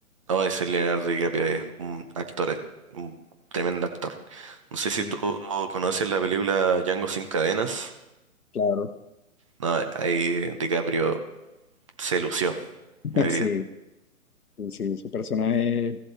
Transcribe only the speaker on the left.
Sí,
Claro,
<laughs>
sí, sí, sí, su personaje es